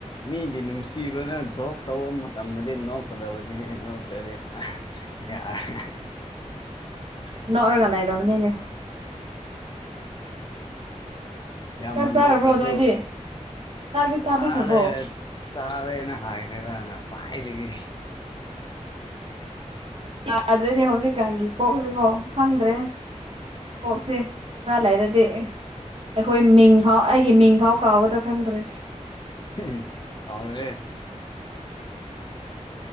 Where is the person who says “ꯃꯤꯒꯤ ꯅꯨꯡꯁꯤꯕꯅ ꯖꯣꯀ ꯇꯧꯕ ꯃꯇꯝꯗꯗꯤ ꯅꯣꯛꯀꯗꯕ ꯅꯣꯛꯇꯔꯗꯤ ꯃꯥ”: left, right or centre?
Left